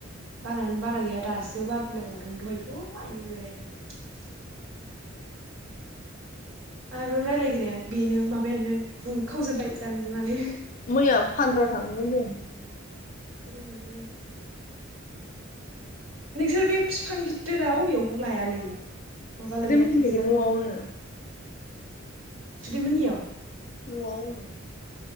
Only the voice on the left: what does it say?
मैया फानद्रआव थांदोंमोन जों।
सुदेम
मिथिनायखौ
न'आवनो
न'आव उम।